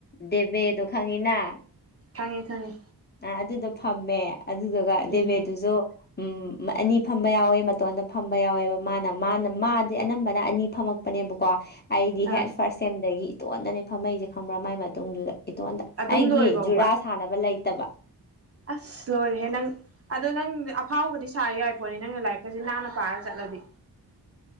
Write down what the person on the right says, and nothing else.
ꯈꯪꯉꯦ ꯈꯪꯉꯦ
ꯎꯝ
ꯑꯪ
ꯑꯗꯨꯝ
ꯂꯣꯏꯐꯧꯕ
ꯑꯁ ꯂꯣꯏꯔ‌ꯦꯍꯦ ꯅꯪ ꯑꯗꯣ ꯅꯪ ꯑꯐꯥꯎꯒꯗꯤ ꯁꯥ ꯌꯥꯏ ꯄꯣꯠꯅꯤ ꯅꯪꯅ ꯂꯥꯏꯔꯤꯛꯀꯖ‌ꯦ ꯅꯥꯟꯅ ꯄꯥꯔ ꯆꯠꯂꯗꯤ